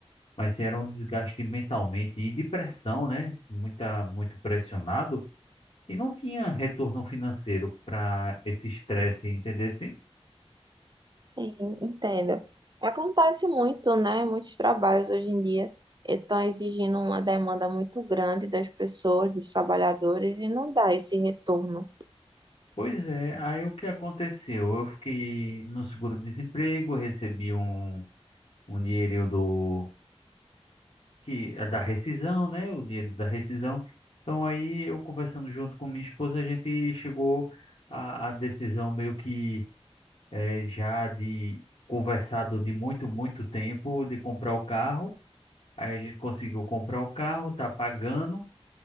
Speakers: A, on the left; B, on the right.
A: mas era um desgaste mentalmente e de pressão, né? Muita, muito pressionado. E não tinha retorno financeiro para esse estresse, entendesse?
B: Sim, entendo. Acontece muito, né? Muitos trabalhos hoje em dia estão exigindo uma demanda muito grande das pessoas, dos trabalhadores, e não dá esse retorno.
A: Pois é, aí o que aconteceu? Eu fiquei no seguro-desemprego, recebi um, um dinheiro do, que, é da rescisão, né? O dinheiro da rescisão. Então aí eu conversando junto com minha esposa, a gente chegou à, à decisão meio que eh, já de conversado de muito, muito tempo de comprar o carro. Aí a gente conseguiu comprar o carro, tá pagando.